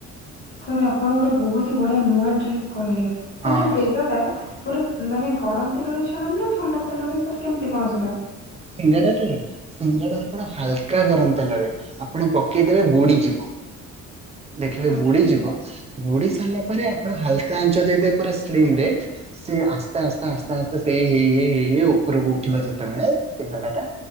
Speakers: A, on the left (about 35°); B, on the right (about 20°).
A: ସାର୍ ଆପଣ ଗୋଟେ ବହୁତ ହି ବଢିଆ ନୂଆ ଟ୍ରିକ୍ କହିଲେ ସେ
B: ହଁ
A: ଯୋଉ ତେଲ ଟା ପୁରା ମାନେ ଗରମ ତେଲରୁ ଛାଣନ୍ତି ନା ଥଣ୍ଡା ତେଲରେ ସାର୍ କେମିତି କଣ ସେଇଟା?
B: ସିଙ୍ଗେଡାଟାରଜ ସିଙ୍ଗେଡା ଆପଣ ହାଲକା ଗରମ ତେଲରେ ଆପଣ ପକେଇଦେବେ ବୁଡିଯିବ ଦେଖିବେ
A: ଆଚ୍ଛା
B: ବୁଡି ଯିବ। ବୁଡି ସାରିଲା ପରେ ଆପଣ ହାଲକା ଆଞ୍ଚ ଦେଇଦେବେ ପୁରା ସ୍ଲିମ ରେ ସିଏ ଆସ୍ତେ ଆସ୍ତେ ଆସ୍ତେ ଆସ୍ତେ ସେଇ ଇ ହେଇ ହେଇ ହେଇ ଉପରକୁ ଉଠିବ ଯେତେବେଳେ ସିଙ୍ଗଡା ଟା